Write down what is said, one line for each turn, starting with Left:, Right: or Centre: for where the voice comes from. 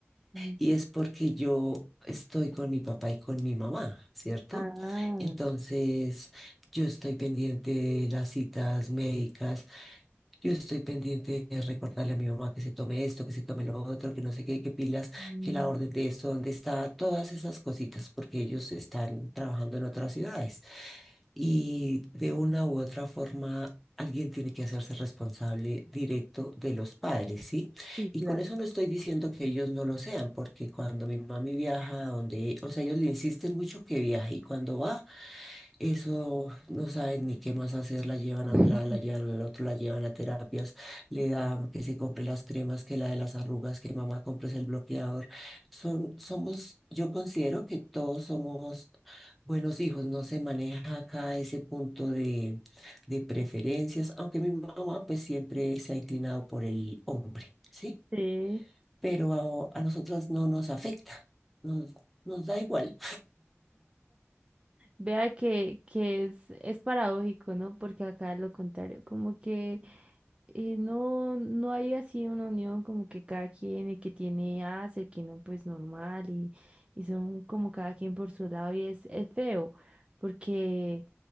Right: Mm,
Centre: y es porque yo estoy con mi papá y con mi mamá, ¿cierto?
Right: Ah,
Centre: Entonces, yo estoy pendiente de las citas médicas, yo estoy pendiente de recordarle a mi mamá que se tome esto, que se tome lo otro, que no sé qué, que pilas,
Right: mm,
Centre: que la orden de esto, dónde está, todas esas cositas, porque ellos están trabajando en otras ciudades. Y de una u otra forma, alguien tiene que hacerse responsable directo de los padres, ¿sí?
Right: sí,
Centre: Y
Right: claro.
Centre: con eso no estoy diciendo que ellos no lo sean, porque cuando mi mami viaja a donde, o sea, ellos le insisten mucho que viaje y cuando va eso no saben ni qué más hacer, la llevan
Right: <laughs>
Centre: a un lado, la llevan al otro, la llevan a terapias, le dan que se compre las cremas, que la de las arrugas, que mamá compres el bloqueador. Son, somos, yo considero que todos somos buenos hijos, no se maneja acá ese punto de, de preferencias, aunque mi mamá pues siempre se ha inclinado por el hombre, ¿sí?
Right: Sí.
Centre: Pero a, a nosotras no nos afecta, nos, nos da igual,
Right: Vea que, que es, es paradójico, ¿no? Porque acá lo contrario, como que eh, no, no hay así una unión como que cada quien, el que tiene hace, el que no, pues normal, y, y son como cada quien por su lado, y es, es feo, porque